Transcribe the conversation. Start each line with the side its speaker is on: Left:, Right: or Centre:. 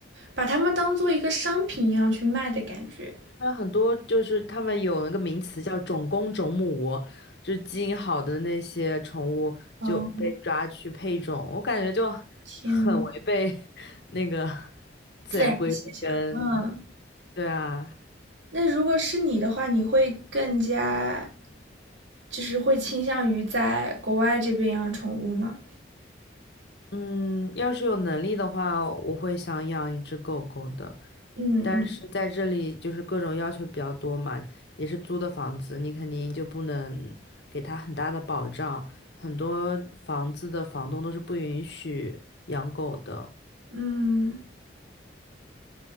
Right: 把它们当做一个商品一样去卖的感觉。
Left: 还有很多就是他们有那个名词叫种公种母，就是基因好的那些宠物就被抓去配种，
Right: 哦，
Left: 我感觉就
Right: 天，
Left: 很违背 <laughs> 那个自然规律跟，
Right: 自然现象。嗯，
Left: 对啊，
Right: 那如果是你的话，你会更加就是会倾向于在国外这边养宠物吗？
Left: 嗯，要是有能力的话，我会想养一只狗狗的。
Right: 嗯嗯
Left: 但是在这里就是各种要求比较多嘛，也是租的房子，你肯定就不能给它很大的保障。很多房子的房东都是不允许养狗的。
Right: 嗯，